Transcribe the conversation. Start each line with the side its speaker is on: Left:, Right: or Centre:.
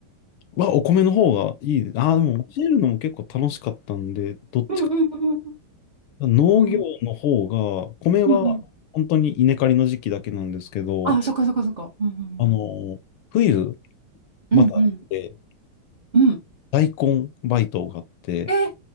Left: は、お米の方がいいです。ああ、でも教えるのも結構楽しかったんで、どっちか
Right: うんうんうん
Left: 農業の方が、
Right: うん
Left: 米は本当に稲刈りの時期だけなんですけど、
Right: うんうん。あ、そっかそっかそっか。うん
Left: あの、冬、また、
Right: うんうん。うん
Left: え
Right: うん。うん
Left: 大根バイトがあって、
Right: え、